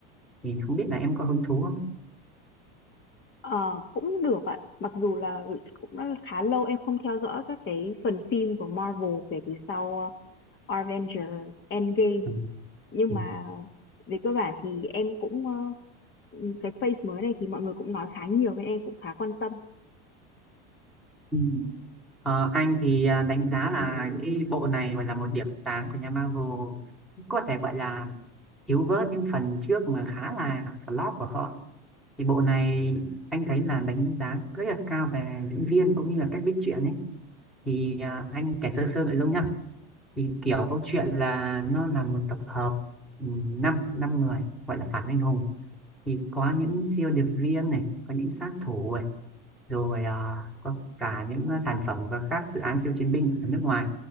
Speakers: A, in the centre; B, on the left.
A: thì không biết là em có hứng thú không
B: Ờ, cũng được ạ. Mặc dù là cũng đã khá lâu em không theo dõi các cái phần phim của Marvel kể từ sau ờ, Avengers Endgame
A: ừ.
B: Nhưng
A: Ừ.
B: mà về cơ bản thì em cũng, ơ cái face mới này thì mọi người cũng nói khá nhiều nên em cũng khá quan tâm.
A: ừ. Ờ, anh thì à, đánh giá là cái bộ này gọi là một điểm sáng của nhà Marvel có thể gọi là thiếu vớt những phần trước mà khá là flop của họ thì bộ này anh thấy là đánh giá rất là cao về diễn viên cũng như là cách viết truyện ấy thì à, anh kể sơ sơ nội dung nhá thì kiểu câu chuyện là nó là một tập hợp ừ, năm năm người gọi là phản anh hùng thì có những siêu điệp viên này có những sát thủ rồi à, có cả những à, sản phẩm và các dự án siêu chiến binh ở nước ngoài